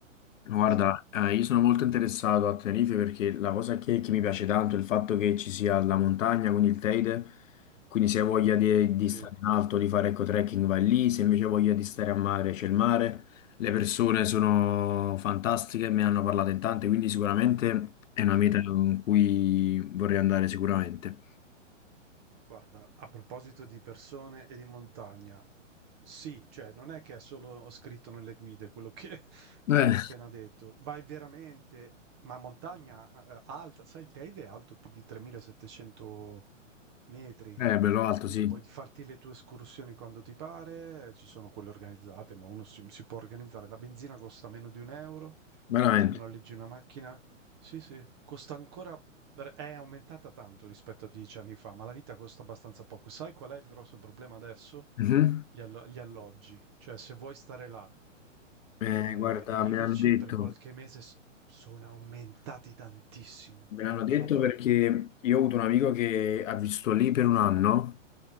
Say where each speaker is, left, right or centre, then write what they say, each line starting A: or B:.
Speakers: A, on the left; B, on the right.
A: Guarda,
B: Sì,
A: eh, io sono molto interessato a Tenerife perché la cosa che, che mi piace tanto è il fatto che ci sia la montagna, quindi il Teide, quindi se hai voglia di, di
B: sì,
A: stare in alto, di fare ecco trekking vai lì, se invece hai voglia di stare a mare c'è il mare, le persone sono fantastiche, me ne hanno parlato in tante, quindi sicuramente è una
B: sì.
A: meta con cui vorrei andare sicuramente.
B: Guarda, a proposito di persone e di montagna, sì, cioè non è che è solo scritto nelle guide quello che, <laughs> che
A: Eh,
B: mi hai appena detto, vai veramente, ma montagna eh, eh, alta, sai, il Teide è alto più di 3700 metri,
A: è bello alto,
B: quindi
A: sì,
B: puoi farti le tue escursioni quando ti pare, ci sono quelle organizzate, ma uno si, si può organizzare. La benzina costa meno di un euro,
A: veramente.
B: quindi ti noleggi una macchina. Sì, sì, costa ancora, è aumentata tanto rispetto a dieci anni fa, ma la vita costa abbastanza poco. Sai qual è il grosso problema adesso?
A: Mhm.
B: Gli, allo- gli alloggi. Cioè, se vuoi stare là eh,
A: Eh, guarda,
B: e viverci
A: mi hanno detto.
B: per qualche mese, s- sono aumentati tantissimo,
A: Me l'hanno
B: ma è una
A: detto
B: roba...
A: perché io ho avuto un amico che ha vissuto lì per un anno